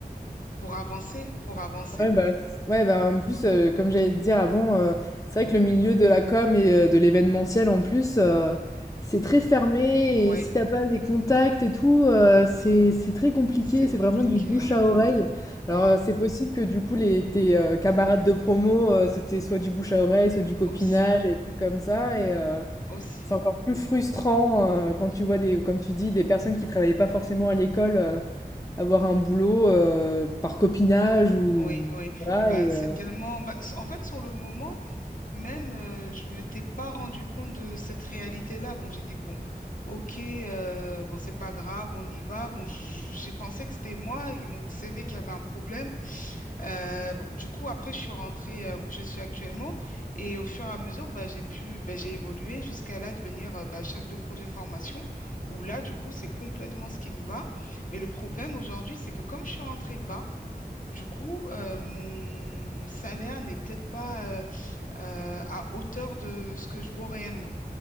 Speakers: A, on the left; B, on the left.
A: Pour avancer, pour avancer.
B: Ouais, bah, c- ouais, bah, en plus, euh, comme j'allais te dire avant, euh, c'est vrai que le milieu de la com et euh, de l'événementiel, en plus, euh, c'est très fermé.
A: Oui,
B: Et si t'as pas des contacts et tout, euh, c'est, c'est très compliqué.
A: c'est
B: C'est
A: compliqué,
B: vraiment du bouche
A: oui.
B: à oreille. Alors,
A: Oui,
B: euh, c'est possible que du coup, les, tes euh, camarades de promo, euh, c'était soit du bouche à oreille, soit du copinage,
A: aussi,
B: et des trucs comme ça. Et, euh,
A: aussi.
B: c'est encore plus frustrant euh, quand tu vois des, comme tu dis, des personnes qui travaillaient pas forcément à l'école euh, avoir un boulot euh, par copinage ou
A: Oui, oui.
B: voilà.
A: et ben,
B: et,
A: c'est
B: euh,
A: tellement. bah, s- en fait, sur le moment, Même, euh, je ne m'étais pas rendu compte de cette réalité-là. Bon, j'ai dit, bon, ok, euh, bon, c'est pas grave, on y va. Bon, j- j'ai pensé que c'était moi et mon CV qui avait un problème. Euh, bon, du coup, après, je suis rentrée euh, où je suis actuellement et au fur et à mesure, bah, j'ai pu, bah, j'ai évolué jusqu'à là devenir euh, bah, chef de projet formation où là, du coup, c'est complètement ce qui me va. Mais le problème aujourd'hui, c'est que comme je suis rentrée bas, Du coup, euh, mon salaire n'est peut-être pas euh, euh, à hauteur de ce que je vaux réellement.